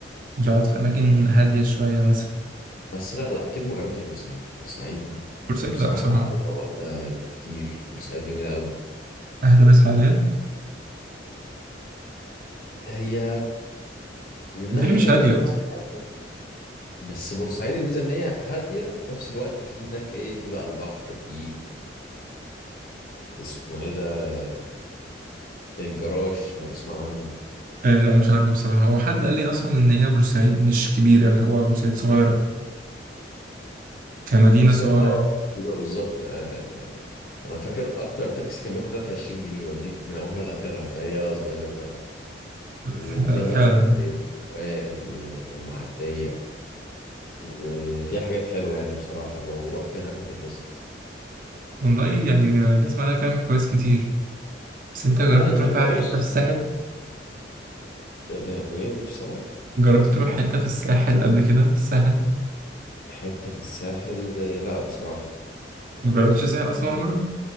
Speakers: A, on the right; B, on the left.
A: يقعد في اماكن هاديه شويه مثلا
B: بس لا لا أكيد ما جربتش بورسعيد بورسعيد
A: بورسعيد
B: بصراحة
A: لا بصراحه
B: أروقة واحدة كتير بورسعيد جميلة أوي
A: اهدى من اسماعيليه
B: هي من
A: وتاني
B: ناحية
A: مش
B: الهدوء
A: هاديه
B: فعلاً.
A: اصلا.
B: جامدة. بس بورسعيد الميزة إن هي هادية وفي نفس الوقت في هناك إيه في بقى البحر في اسمه إيه ده الجراش لو تسمع عنه
A: آه لا مش عارفة بصراحة هو حد قال لي أصلا إن هي بورسعيد مش كبيرة اللي هو بورسعيد صغيرة كمدينة
B: بورسعيد
A: صغيرة
B: اه
A: يعني
B: أيوة بالظبط آه، يعني انا فاكر اكتر تاكسي كان بياخد لك 20 جنيه يوديك من اولها لاخرها فهي صغيره وفيها
A: ف- فعلا
B: بقى اماكن زي فؤاد و- والمعديه وفيها حاجات حلوه يعني بصراحه لو رحت هناك هتتبسط
A: والله يعني بسمع لها كلام كويس كتير بس أنت
B: لا
A: جربت
B: لا هي
A: تروح
B: جميله
A: بقى حتة
B: بص
A: في الساحل؟
B: آه، وايه مش سمك
A: جربت تروح حتة في الساحل قبل كده؟ الساحل؟
B: حته في الساحل آه، لا بصراحه ما
A: ما جربتش الساحل أصلا ولا مرة؟